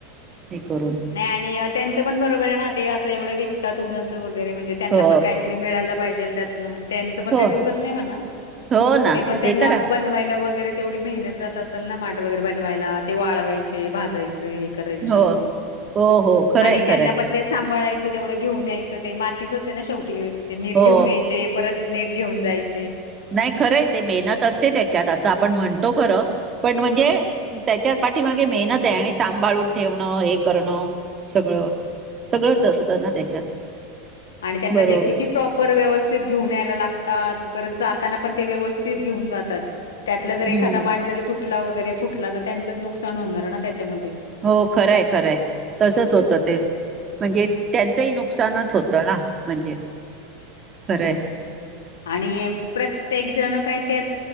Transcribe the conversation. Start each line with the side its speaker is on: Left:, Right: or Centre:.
Right: हे करून
Left: नाही आणि त्यांचं पण बरोबर आहे ना ते असं एवढं विकतात उनचंर वगैरे म्हणजे त्यांना
Right: हो
Left: पण काहीतरी मिळायला पाहिजे त्यातन त्यांचं पण
Right: हो
Left: काही चुकत नाही म्हणा
Right: हो ना
Left: ते पण त्यांना
Right: तर
Left: बनवायला वगैरे तेवढी मेहनत जात असेल ना माट वगैरे बनवायला ते वाळवायचे भाजायचे हे करायचे
Right: आहे हो हो हो खरंय
Left: आणि
Right: खरंय
Left: त्यांना पण ते सांभाळायचं तेवढं घेऊन यायचं ते मातीचच आहे ना शेवटी ते नीट
Right: हो
Left: घेऊन यायचे परत नीट घेऊन जायचे
Right: नाही खरंय ते मेहनत असते त्याच्यात असं आपण म्हणो तो खरं पण म्हणजे त्याच्या पाठी मागे मेहनत आहे आणि सांभाळून ठेवण हे करणं सगळं सगळंच असतं ना त्याच्यात
Left: आणि त्यांना
Right: बरोबर
Left: ते किती प्रॉपर व्यवस्थित घेऊन यायला लागतात परत जाताना पण ते व्यवस्थित घेऊन जातात त्यातला जर
Right: हम्म
Left: एखादा माठ जरी तुटला वगैरे फुटला तर त्यांच नुकसान होणार ना त्याच्यामध्ये
Right: हो खरंय खरंय तसच होतं ते म्हणजे त्यांचंही नुकसानच होत ना म्हणजे खरंय
Left: आणि प्रत्येक ण काही त्याच